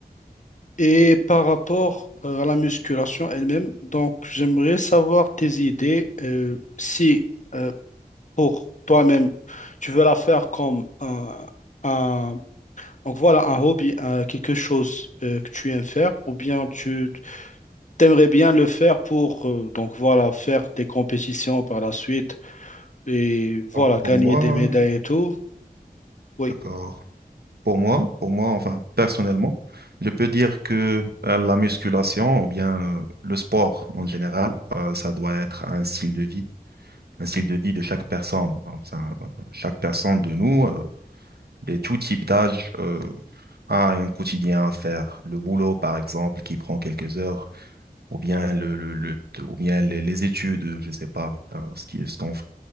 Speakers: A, on the left; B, on the right.
A: Et par rapport euh, à la musculation elle-même, donc j'aimerais savoir tes idées. euh, si euh, pour toi-même, tu veux la faire comme un, un- donc voilà, un hobby, un- quelque chose euh, que tu aimes faire, ou bien tu t'aimerais bien le faire pour euh, donc voilà, faire des compétitions par la suite et voilà,
B: Alors,
A: gagner
B: pour moi,
A: des médailles et tout. Oui.
B: d'accord. Pour moi, pour moi, enfin personnellement, je peux dire que euh, la musculation ou bien euh, le sport en général, euh, ça doit être un style de vie, un style de vie de chaque personne. Enfin, euh, chaque personne de nous, euh, et tout type d'âge, euh, a un quotidien à faire. Le boulot, par exemple, qui prend quelques heures, ou bien le, le, le- ou bien les, les études, je sais pas, hein, ce qui, ce qu'on, f-